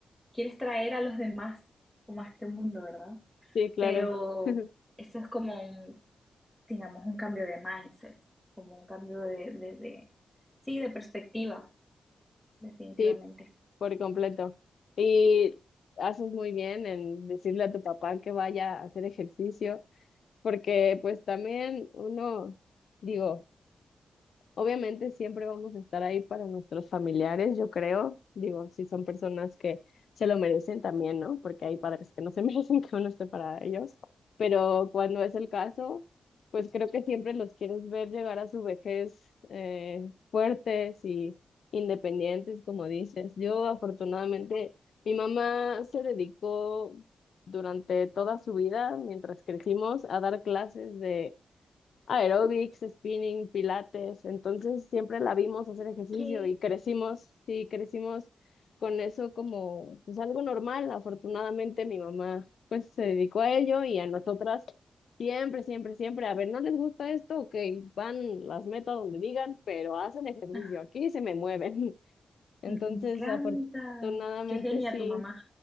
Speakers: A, in the centre; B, on the left.
A: quieres traer a los demás como a este mundo, ¿verdad?
B: Sí, claro.
A: Pero
B: <laughs>
A: eso es como un, digamos, un cambio de mindset, como un cambio de, de, de- sí, de perspectiva definitivamente.
B: Sí, por completo. Y haces muy bien en decirle a tu papá que vaya a hacer ejercicio, porque pues también uno, digo, Obviamente siempre vamos a estar ahí para nuestros familiares, yo creo. Digo, si son personas que se lo merecen también, ¿no? Porque hay padres que no se <laughs> merecen que uno esté para ellos. Pero cuando es el caso, pues creo que siempre los quieres ver llegar a su vejez eh, fuertes y independientes, como dices. Yo afortunadamente, mi mamá se dedicó durante toda su vida, mientras crecimos, a dar clases aeróbics, spinning, pilates. Entonces siempre la vimos hacer ejercicio
A: ¿Qué?
B: y crecimos, sí, crecimos con eso como pues algo normal. Afortunadamente mi mamá pues se dedicó a ello y a nosotras siempre, siempre, siempre, a ver, ¿no les gusta esto? Ok, van, las meto a donde digan, pero hacen ejercicio
A: Ah,
B: aquí y se me mueven. <laughs> Entonces,
A: Me encanta.
B: afortunadamente
A: Qué genia
B: sí.
A: tu mamá.